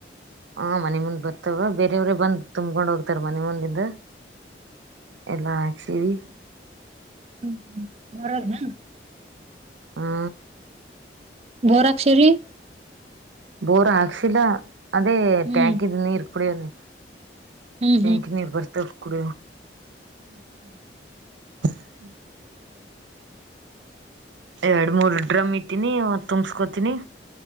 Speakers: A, on the right; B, on the right.
A: ಹಾ ಮನೆ ಮುಂದ್ ಬರ್ತವ ಬೇರೆಯವ್ರೇ ಬಂದ್ ತುಂಬಕೊಂಡ್ ಹೋಗ್ತಾರ ಮನೆ ಮುಂದಿಂದ ಎಲ್ಲಾ ಹಾಕ್ಸೀವಿ
B: ಹ್ಮ್ ಹ್ಮ್ ಬರದ
A: ಹಾ
B: ಗೋರಾಕ್ಷರಿ
A: ಬೋರ್ ಹಾಕ್ಸಿಲ್ಲ ಅದೇ
B: ಹ್ಮ್
A: ಟ್ಯಾಂಕ್ ಇದ ನೀರ್ ಕುಡಿಯ ನೀ
B: ಹ್ಮ್
A: ಕ ನೀ ಬರ್ತ ಕುಡ
B: ಹ್ಮ ಹಾ
A: ಹ್ಮ ಎರಡ್ ಮೂರ್ ಡ್ರಮ್ ಇಟ್ಟಿನಿ ತುಂಬಸ್ಕೋತನಿ